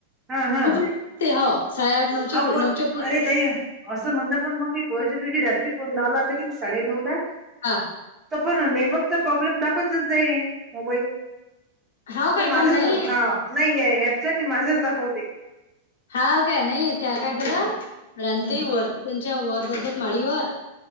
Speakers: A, on the right (about 20°); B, on the left (about 85°).
A: हा हा
B: खूप. ते हो साडेआठ, नऊच्या,
A: हा कोण
B: नऊच्या फुड
A: अरे ताई असं म्हणत, पण मग मी पोहायच्या दिवशी रात्री फोन लावला होता की, साडे नऊ ला
B: हा.
A: तर पण नेटवर्कचा प्रॉब्लेम दाखवतच आहे. मोबाईल
B: हाव काय
A: तो माझच
B: पण नाही
A: दाखव हा, नाही एकसारखी माझच दाखवते.
B: हा काय नाही त्या
A: हम्म
B: काय करत र्रांती
A: हम्म
B: वरती त्यांच्या वर जातात माळीवर